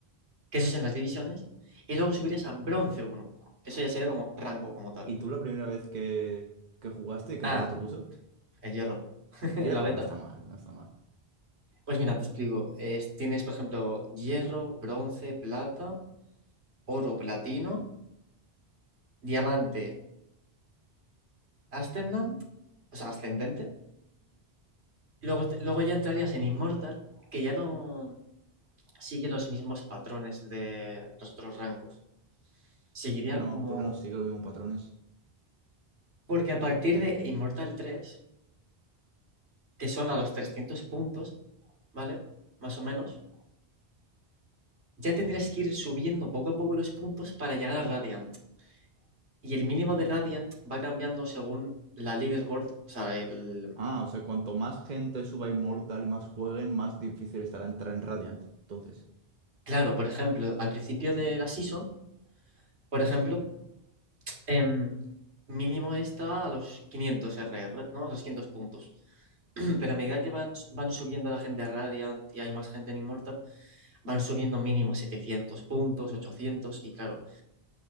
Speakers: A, on the right; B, on the right.
A: que eso es en las divisiones, y luego subirías a bronce uno que eso ya sería como rango como tal.
B: ¿Y tú la primera vez que, que jugaste, qué
A: Ah,
B: rango te puso?
A: el hierro, <laughs>
B: Hierro,
A: en la beta.
B: no está mal, no está mal.
A: Pues mira, te explico. Es- tienes, por ejemplo, hierro, bronce, plata, oro, platino, diamante, ascendant, o sea, ascendente. Y luego, te- luego ya entrarías en Immortal, que ya no sigue los mismos patrones de los otros rangos. Seguiría
B: ¿Por qué no,
A: como...
B: por qué no sigue los mismos patrones?
A: Porque a partir de Immortal tres que son a los 300 puntos, ¿vale? Más o menos. ya tendrías que ir subiendo poco a poco los puntos para llegar a Radiant. Y el mínimo de Radiant va cambiando según la leaderboard. O sea, el...
B: Ah, o sea, cuanto más gente suba a Immortal, más jueguen, más difícil estará entrar en Radiant. Entonces,
A: Claro, por ejemplo, al principio de la season, por ejemplo, em, mínimo está a los 500 RR, ¿no? A los 500 puntos. <clears throat> Pero a medida que van, van subiendo la gente a Radiant y hay más gente en Immortal, van subiendo mínimo a 700 puntos, 800, y claro,